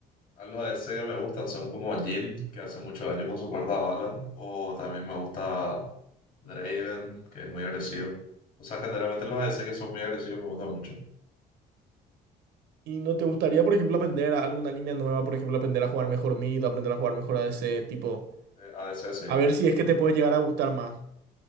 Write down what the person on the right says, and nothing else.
¿Y no te gustaría, por ejemplo, aprender alguna línea nueva? Por ejemplo, aprender a jugar mejor mid, aprender a jugar mejor a ADC, tipo,
a ver si es que te puede llegar a gustar más.